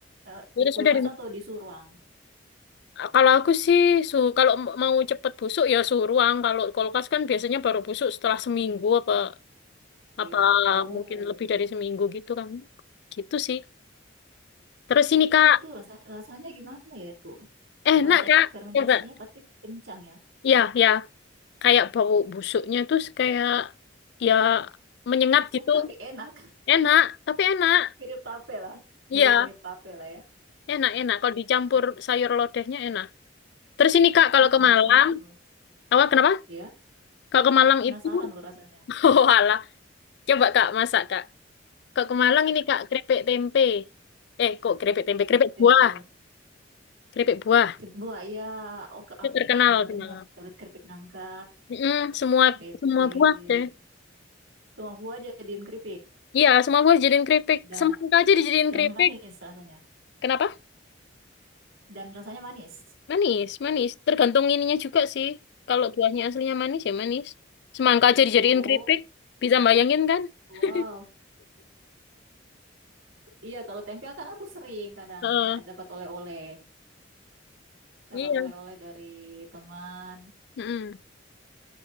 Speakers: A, on the right (about 85°); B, on the left (about 60°).
A: eh,
B: Udah
A: di kulkas
B: sudah di
A: atau di suhu ruang.
B: Kalau aku sih su kalau m- mau cepet busuk ya suhu ruang. Kalau kulkas kan biasanya baru busuk setelah seminggu apa
A: Iya.
B: apa
A: Oh,
B: mungkin lebih dari seminggu gitu kan. Gitu sih. Terus ini
A: iya
B: Kak,
A: itu rasa rasanya gimana ya itu?
B: enak
A: Rasa
B: Kak.
A: fermentasinya
B: Coba.
A: pasti kencang ya.
B: Ya, ya. kayak bau busuknya tuh kayak ya menyengat
A: Busuk
B: gitu
A: tapi enak.
B: enak tapi enak
A: Mirip tape lah.
B: iya
A: Mirip-mirip tape lah ya.
B: enak enak kalau dicampur
A: Iya.
B: sayur lodehnya enak terus ini kak kalau
A: Ih,
B: ke
A: penasaran
B: Malang
A: loh.
B: apa kenapa
A: Ya,
B: kalau ke Malang
A: penasaran
B: itu
A: loh rasanya.
B: <laughs> oh alah coba kak masak kak kalau ke Malang ini kak keripik tempe eh kok keripik tempe
A: Keripik
B: keripik
A: tempe.
B: buah keripik buah
A: Keripik buah, ya. Oh, ke
B: itu
A: aku
B: terkenal
A: pernah
B: di
A: dengar.
B: Malang
A: Keri- Keripik nangka,
B: Mm-mm, semua
A: keripik.
B: semua buah deh
A: Cuma gua jadiin keripik.
B: iya semua buah dijadiin keripik
A: Dan,
B: semangka aja dijadiin
A: dan
B: keripik
A: manis rasanya.
B: kenapa
A: Dan rasanya manis.
B: Manis, manis. Tergantung ininya juga sih. Kalau buahnya aslinya manis ya manis. Semangka aja dijadiin
A: Oh,
B: keripik. Bisa bayangin kan?
A: wow.
B: <laughs>
A: Iya, kalau tempe kan aku sering kadang
B: Heeh,
A: dapat oleh-oleh. Dapat
B: iya.
A: oleh-oleh dari teman.
B: Mm-mm.